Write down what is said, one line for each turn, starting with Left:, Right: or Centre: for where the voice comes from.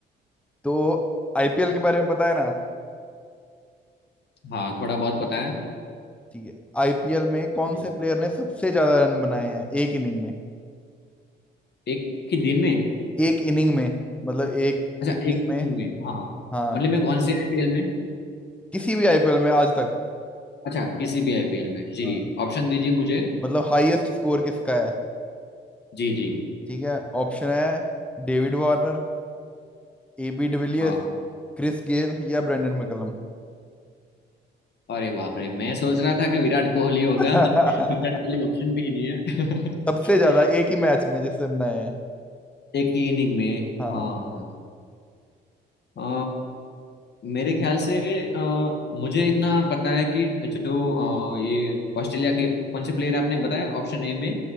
Centre: तो आईपीएल के बारे में पता है ना
Left: हाँ थोड़ा बहुत पता है
Centre: ठीक है आईपीएल में कौन
Left: जी।
Centre: से प्लेयर ने सबसे ज्यादा रन बनाए हैं एक इनिंग में
Left: एक ही दिन में
Centre: एक इनिंग में मतलब एक
Left: अच्छा
Centre: इनिंग
Left: एक ही
Centre: में
Left: दिन में हाँ
Centre: हाँ
Left: मतलब मैं कौन से आईपीएल में
Centre: किसी भी आईपीएल में आज तक
Left: अच्छा किसी भी आईपीएल में जी
Centre: हाँ
Left: ऑप्शन दीजिए मुझे
Centre: मतलब हाईएस्ट स्कोर किसका है
Left: जी जी
Centre: ठीक है ऑप्शन है David Warner AB de Villiers
Left: हाँ।
Centre: Chris Gayle या ब्रेंडन मैकलम
Left: अरे बाप रे मैं सोच रहा था कि विराट कोहली होगा
Centre: <laughs>
Left: <laughs> विराट कोहली ऑप्शन भी नहीं है
Centre: सबसे ज्यादा एक ही मैच में जिससे बनाए हैं
Left: <laughs> एक ही इनिंग में
Centre: हाँ
Left: हाँ अ, मेरे ख्याल से अ, मुझे इतना पता है कि जो अ, ये ऑस्ट्रेलिया के कौन से प्लेयर आपने बताया ऑप्शन ए में